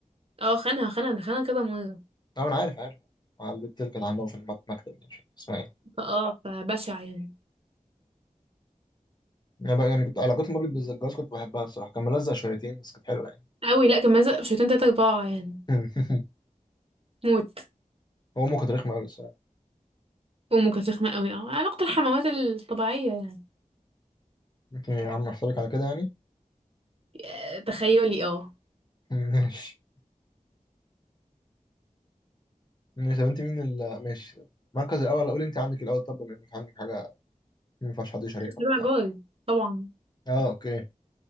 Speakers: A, on the right; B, on the left.
A: اه خانها خانها خانها كذا مرة
B: أه أنا عارف عارف مع البنت اللي كانت عندهم في المكتب دي مش عارف اسمها إيه.
A: فاه فبشع يعني
B: انا بقى يعني كنت علاقتي بمبلك بالزجاج كنت بحبها الصراحه كان ملزق شويتين بس كانت حلوه يعني
A: قوي لا كان مازق بشويتين تلاتة أربعة يعني
B: <laughs>
A: موت
B: هو امه كانت رخمه قوي الصراحه
A: أمه كانت رخمة قوي اه علاقة الحموات الطبيعية يعني
B: انت يا عم احسبك على كده يعني
A: آه، تخيلي اه
B: <laughs> ماشي ماشي طب انت مين ال ماشي المركز الاول اقول انت عندك الاول طب بما انك عندك حاجه ما ينفعش حد يشاركها
A: سبع
B: وبتاع
A: جار طبعا
B: اه اوكي